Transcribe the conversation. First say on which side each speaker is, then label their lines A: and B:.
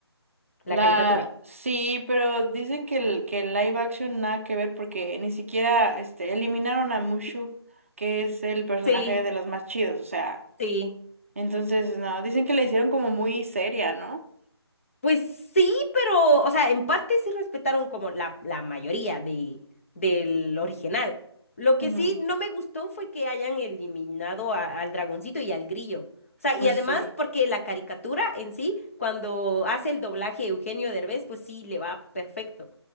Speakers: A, on the left; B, on the right.
A: La
B: la,
A: caricatura.
B: sí, pero dicen que el, que el live action nada que ver porque ni siquiera este, eliminaron a Mushu, que es el personaje
A: Sí,
B: de los más chidos, o sea,
A: sí.
B: entonces no, dicen que la hicieron como muy seria, ¿no?
A: Pues sí, pero, o sea, en parte sí respetaron como la, la mayoría de, del original. Lo que
B: Ujú.
A: sí no me gustó fue que hayan eliminado a- al dragoncito y al grillo. O sea,
B: Pues
A: y además
B: sí.
A: porque la caricatura en sí, cuando hace el doblaje Eugenio Derbez, pues sí le va perfecto